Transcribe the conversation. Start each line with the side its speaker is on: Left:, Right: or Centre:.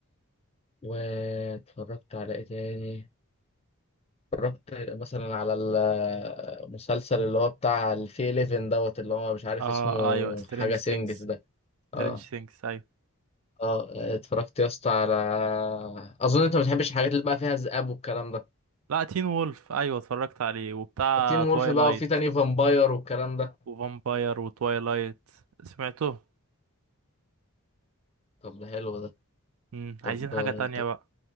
Left: واتفرجت على إيه تاني؟ اتفرجت مثلا على المسلسل اللي هو بتاع الفي 11 دوت اللي هو مش عارف
Right: اه
Left: اسمه
Right: ايوه سترينج
Left: حاجة
Right: ثينجز
Left: سينجز ده اه
Right: سترينج ثينجز ايوه
Left: اه اتفرجت يا اسطى على اظن انت ما بتحبش الحاجات اللي بقى فيها ذئاب والكلام ده
Right: لا تين وولف ايوه اتفرجت عليه وبتاع
Left: تين وولف
Right: توايلايت
Left: بقى وفي تاني فامباير والكلام ده
Right: وفامباير وتوايلايت سمعته
Left: طب ده حلو ده
Right: امم
Left: طب
Right: عايزين حاجة تانية
Left: طب,
Right: بقى